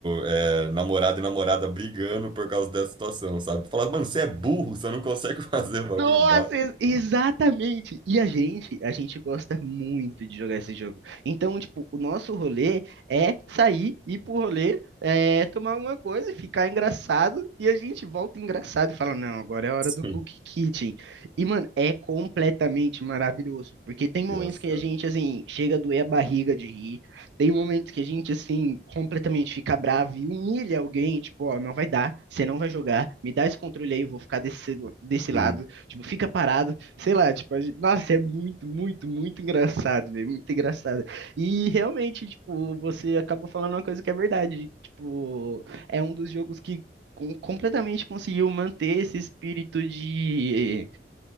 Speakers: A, on the right (about 25°); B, on the right (about 75°).
A: é, namorado e namorada brigando por causa dessa situação, sabe? Falar, mano, você é burro, você não consegue <laughs> fazer o bagulho
B: Nossa,
A: básico.
B: ex- exatamente. E a gente, a gente gosta muito de jogar esse jogo. Então, tipo, o nosso rolê é sair, ir pro rolê, é, tomar alguma coisa, ficar engraçado, e a gente volta engraçado e fala, não, agora é a hora
A: Sim,
B: do Cookie Kitchen. E, mano, é completamente maravilhoso, porque tem momentos
A: engraçado.
B: que a gente, assim, chega a doer a barriga de rir, tem momentos que a gente, assim, completamente fica bravo e humilha alguém, tipo, ó, não vai dar, você não vai jogar, me dá esse controle aí, eu vou ficar desse, desse lado.
A: Sim.
B: Tipo, fica parado, sei lá, tipo, a gente- nossa, é muito, muito, muito engraçado, velho, muito engraçado. E realmente, tipo, você acabou falando uma coisa que é verdade, tipo, é um dos jogos que com- completamente conseguiu manter esse espírito de